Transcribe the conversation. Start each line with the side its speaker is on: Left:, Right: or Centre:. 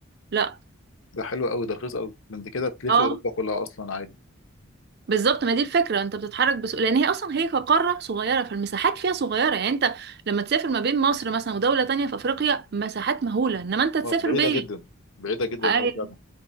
Right: لا
Left: ده حلو قوي ده رخيص قوي ده انت كده تلفي
Right: اه
Left: اوروبا كلها اصلا عادي
Right: بالظبط ما دي الفكره انت بتتحرك بسهوله لان هي اصلا هي كقاره صغيره فالمساحات فيها صغيره يعني انت لما تسافر ما بين مصر مثلا ودوله تانية في افريقيا مساحات مهوله انما انت تسافر
Left: آه، بعيدة
Right: بين
Left: جدا بعيدة جدا
Right: ايوه
Left: أوي فعلا